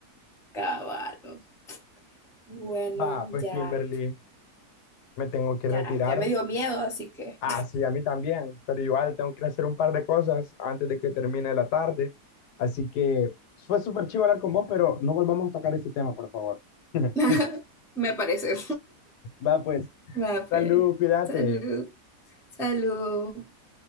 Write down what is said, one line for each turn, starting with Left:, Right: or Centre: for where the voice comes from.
Centre: Caballo. Bueno,
Left: Va, pues
Centre: ya,
Left: Kimberly, me tengo que retirar.
Centre: ya, ya me dio miedo, así que
Left: Ah, sí, a mí también, pero igual tengo que hacer un par de cosas antes de que termine la tarde. Así que fue súper chido hablar con vos, pero no volvamos a tocar este tema, por favor. <laughs>
Centre: <laughs> Me parece.
Left: Va, pues,
Centre: <laughs> Va,
Left: salud,
Centre: pues.
Left: cuídate.
Centre: Salud. Salud.